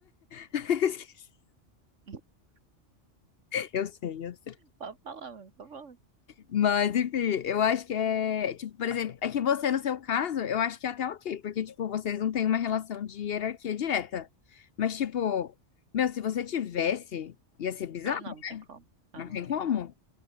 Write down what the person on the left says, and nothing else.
<laughs>
eu sei, eu sei.
Mas, enfim, eu acho que é, tipo, por exemplo, é que você, no seu caso, eu acho que é até ok, porque, tipo, vocês não têm uma relação de hierarquia direta. Mas, tipo, meu, se você tivesse, ia ser bizarro,
não
tem
como.